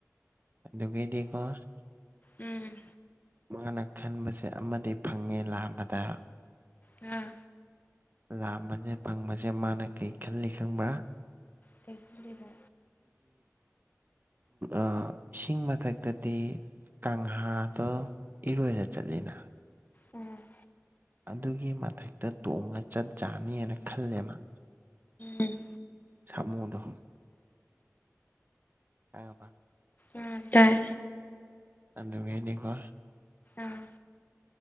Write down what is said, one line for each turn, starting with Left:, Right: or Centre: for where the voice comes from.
Right: ꯑꯗꯨꯒꯗꯤ ꯀꯣ ꯃꯥꯅ
Left: ꯎꯝꯝꯝꯝ
Right: ꯃꯥꯅ ꯈꯟꯕꯁꯦ ꯑꯃꯗꯤ ꯐꯪꯉꯦ ꯂꯥꯥꯝꯕꯗ ꯃꯥꯅ
Left: ꯎ꯭ꯝꯝ
Right: ꯂꯥꯝꯕꯁꯦ ꯐꯪꯕꯁꯦ ꯃꯥꯅ ꯀꯩ ꯈꯜꯂꯤ ꯈꯪꯕ꯭ꯔꯥ ꯅꯪ
Left: ꯀꯩ ꯈꯜꯔꯤꯕ
Right: ꯑꯥ ꯏꯁꯤꯡ ꯃꯊꯛꯇꯗꯤ ꯀꯥꯡꯍꯥꯗꯣ ꯏꯔꯣꯏꯔꯒꯥ ꯆꯠꯂꯤꯅꯥ
Left: ꯎꯝ ꯃꯥꯗꯤ
Right: ꯑꯗꯨꯒꯤ ꯃꯊꯛꯇ ꯇꯣꯡꯉ ꯆꯠ ꯌꯥꯅꯤꯅ ꯈꯜꯂꯦ ꯃꯥꯅ
Left: ꯎꯝ꯫
Right: ꯁꯥꯝꯃꯣꯗ ꯑꯗꯩ ꯈꯪꯉꯥꯕ
Left: ꯑꯝ ꯇꯥꯏ
Right: ꯑꯗꯨ ꯒꯗꯤꯀꯣ
Left: ꯑꯥ